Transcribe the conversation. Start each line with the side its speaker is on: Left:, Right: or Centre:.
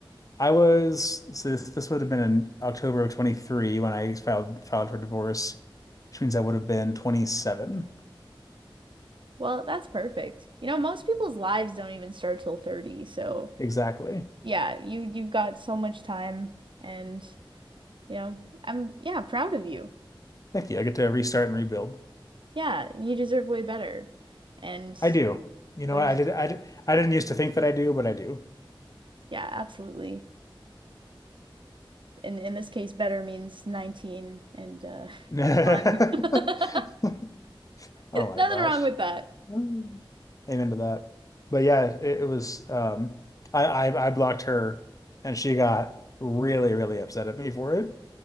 Left: I was so this this would have been in October of 23 when I filed filed for divorce, which means I would have been 27
Right: well, that's perfect. You know, most people's lives don't even start till 30, so
Left: exactly.
Right: yeah, you you've got so much time and you know, I'm yeah, proud of you.
Left: Thank you. I get to restart and rebuild.
Right: Yeah, you deserve way better. And
Left: I do. You know,
Right: there's
Left: what? I did I did, I didn't used to think that I do, but I do.
Right: yeah, absolutely. In in this case, better means 19 and uh
Left: <laughs>
Right: <laughs> fun. <laughs>
Left: Oh my
Right: Nothing
Left: gosh.
Right: wrong with that.
Left: Mm. Amen to that. But yeah, it, it was um I, I I blocked her and she got really, really upset at me for it.